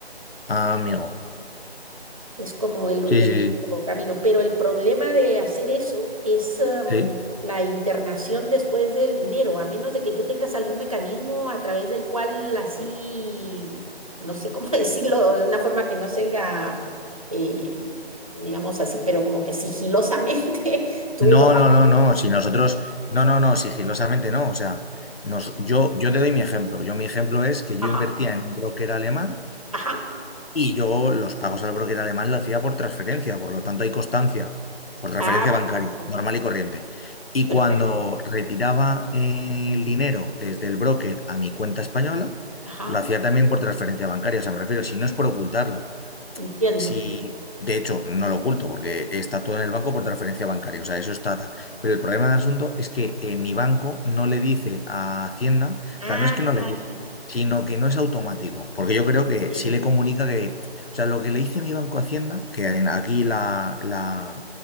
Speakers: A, on the left (about 65°); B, on the right (about 35°).
A: Ah, amigo.
B: Es como el,
A: Sí,
B: Sí. el
A: sí, sí.
B: único camino. Pero el problema de hacer eso es em,
A: Sí.
B: la internación después del dinero, a menos de que tú tengas algún mecanismo a través del cual así, no sé cómo <laughs> decirlo, de una forma que no sea, eh, digamos así, pero como que sigilosamente <laughs> tú
A: No,
B: lo...
A: no, no, no. Si nosotros, no, no, no, sigilosamente no. O sea, nos, yo, yo te doy mi ejemplo. Yo, mi ejemplo es que yo
B: Ajá,
A: invertía en un broker alemán
B: ajá.
A: y yo los pagos al broker alemán lo hacía por transferencia, por lo tanto hay constancia, por transferencia
B: Ah, perfecto,
A: bancaria, normal y corriente. Y
B: perfecto.
A: cuando retiraba eh, el dinero desde el broker a mi cuenta española,
B: Ajá,
A: lo hacía también por transferencia bancaria. O sea, me refiero, si no es por ocultarlo.
B: entiendo.
A: Si, de hecho, no lo oculto porque está todo en el banco por transferencia bancaria, o sea, eso está tal. Pero el problema del asunto es que eh, mi banco no le dice a Hacienda, o
B: Ah,
A: sea, no es que no le diga, sino que no es automático, porque yo creo que
B: entiendo.
A: sí le comunica que, o sea, lo que le dice mi banco a Hacienda, que en- aquí la, la-